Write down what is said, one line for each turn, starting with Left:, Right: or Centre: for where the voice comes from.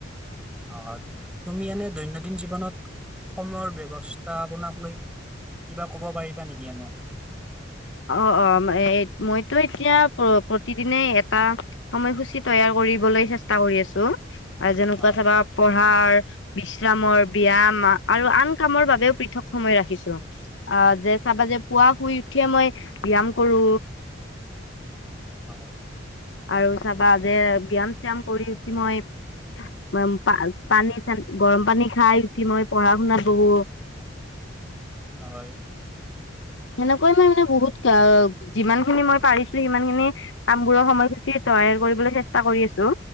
Centre: হয়, তুমি এনে দৈনন্দিন জীৱনত সময়ৰ ব্যৱস্থা আপোনাক লৈ কিবা কব পাৰিবা নিকি এনে?
Left: অ' অ', এ মইতো এতিয়া প্ৰতিদিনে এটা সময়সূচী তৈয়াৰ কৰ কৰিবলৈ চেষ্টা কৰি আছো। যেনেকুৱা
Centre: হয়।
Left: চাবা পঢ়াৰ, বিশ্ৰামৰ, ব্যাম আৰু আন কামৰ বাবেও পৃথক সময় ৰাখিছো। অ যে চাবা যে পুৱা শুই উঠিয়ে মই ব্যাম কৰো
Centre: হয়।
Left: আৰু চাবা যে ব্যাম শ্যাম কৰি উঠি মই উ পা পানী চানি গৰম পানী খাই উঠি মই পঢ়া শুনাত বহো।
Centre: হয়।
Left: সেনেকৈ মই মানে বহুত অ যিমান খিনি মই পাৰিছো, সিমান খিনি কামবোৰৰ সময়সূচী তৈয়াৰ কৰিবলৈ চেষ্টা কৰি আছো।